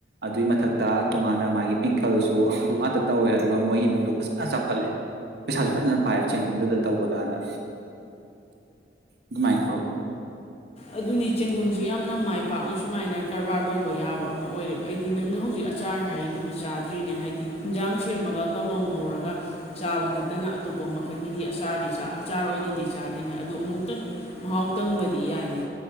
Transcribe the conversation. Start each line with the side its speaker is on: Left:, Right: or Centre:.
Right: ꯑꯗꯨꯏ ꯃꯊꯛꯇ ꯇꯣꯉꯥꯟꯅ ꯃꯥꯒꯤ ꯄꯤꯈꯜꯁꯨ ꯑꯗꯨ ꯉꯥꯛꯇ ꯇꯧꯋꯦ ꯑꯗꯨꯒ ꯃꯣꯏ ꯏꯃꯨꯡꯗꯣ ꯐꯖꯅ ꯆꯥꯎꯈꯠꯂꯦ ꯄꯩꯁꯥꯁꯨ ꯐꯖꯅ ꯄꯥꯏꯌꯦꯕ ꯆꯦꯡꯒꯨꯝꯗꯨꯗ ꯇꯧꯕꯗ ꯍꯥꯟꯅ ꯑꯗꯨꯃꯥꯏꯅ ꯇꯧꯋꯤ
Left: ꯑꯗꯨꯅꯤ ꯆꯦꯡꯒꯨꯝꯁꯤ ꯌꯥꯝꯅ ꯃꯥꯏꯕ ꯄꯥꯛꯅ ꯁꯨꯃꯥꯏꯅ ꯀꯔꯕꯥꯔ ꯇꯧꯕ ꯌꯥꯕ ꯑꯃ ꯑꯣꯏꯔꯦꯕ ꯑꯩꯗꯤ ꯅꯪꯅ ꯍꯧꯖꯤꯛ ꯑꯆꯥꯔ ꯍꯥꯏꯔꯤꯗꯨꯕꯨ ꯆꯥꯗ꯭ꯔꯤꯅꯦ ꯍꯥꯏꯗꯤ ꯌꯦꯟꯖꯥꯡ ꯁꯦꯝꯃꯒ ꯀꯥꯡꯉꯧꯉ ꯍꯧꯔꯒ ꯆꯥꯕ ꯅꯠꯇꯅ ꯑꯇꯣꯞꯄ ꯃꯈꯜꯒꯤꯗꯤ ꯑꯆꯥꯔꯗꯤ ꯑꯆꯥꯔ ꯑꯣꯏꯅꯗꯤ ꯆꯥꯗꯣꯏꯅꯦ ꯑꯗꯨ ꯑꯃꯨꯛꯇꯪ ꯃꯍꯥꯎ ꯇꯪꯕꯗꯤ ꯌꯥꯏꯅꯤ